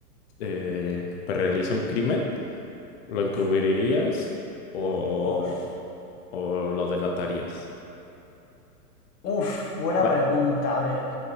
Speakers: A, on the left; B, on the left.
A: eh, pues realiza un crimen, ¿lo
B: Uf,
A: encubrirías o,
B: os-
A: o lo delatarías?
B: uf, buena
A: Va-
B: pregunta, a ver.